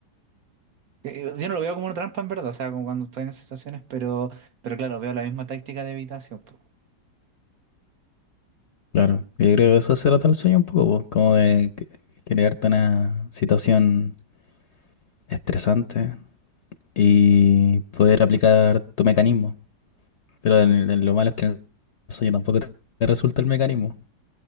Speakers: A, on the right; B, on the left.
A: Eh, Yo yo no lo veo como una trampa en verdad, o sea, como cuando estoy en esas situaciones, pero, pero claro, veo la misma táctica de evitación. po.
B: Claro. Yo creo que eso se trata el sueño un poco, po, como de que- crearte una situación estresante y poder aplicar tu mecanismo. Pero el- el- lo malo es que en el sueño tampoco te resulta el mecanismo.